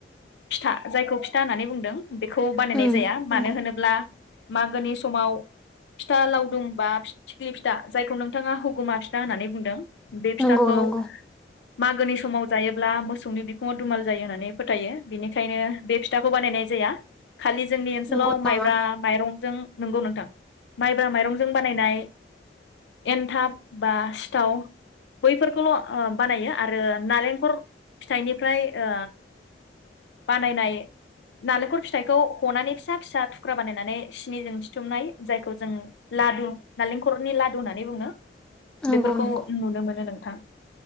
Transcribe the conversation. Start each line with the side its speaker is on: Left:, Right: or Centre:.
Left: फिथा जायखौ फिथा होननानै बुंदों बेखौ बानायनाय
Centre: उम
Left: जाया
Centre: नंगौ
Left: मानो होनोब्ला मागोनि समाव फिथा लावदुम बा फि थिख्लि फिथा जायखौ नोंथाङा हुगुमा फिथा होननानै बुंदों बे
Centre: नंगौ
Left: फिथाखौ
Centre: नंगौ
Left: मागोनि समाव जायोब्ला मोसौनि बिखुङाव दुमाल जायो होननानै फोथायो बेनिखायनो बे फिथाखौ बानायनाय जाया। खालि जोंनि ओनसोलाव
Centre: नंगौ नामा
Left: माइब्रा माइरंजों नंगौ नोंथां माइब्रा माइरंजों बानायनाय एन्थाब बा सिथाव बैफोरखौल' ओ बानायो आरो नालेंखल फिथाइनिफ्राय ओ बानायनाय नालेंखर फिथाइखौ हनानै फिसा फिसा थुख्रा बानायनानै सिनिजों सिथुमनाय जायखौ जों लादु नालेंखरनि लादु होननानै बुङो।
Centre: नंगौ
Left: बेफोरखौ
Centre: नंगौ
Left: नुनो मोनो नों थां